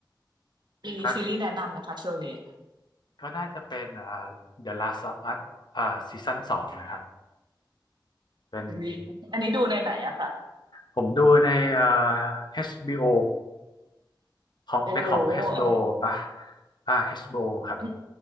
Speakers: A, on the right; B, on the left.
A: มีซีรีส์แนะนำนะคะช่วงนี้
B: ถ้าก็น่าจะเป็นอ่า The Last of Us อ่าซีซั่นสองนะครับเป็น
A: อันนี้อันนี้ดูในไหนอะคะ
B: ผมดูในอ่า HBO ของเป็นของ
A: โอ้โหอันนี้
B: HBO ปะอ่า HBO ครับ
A: อัน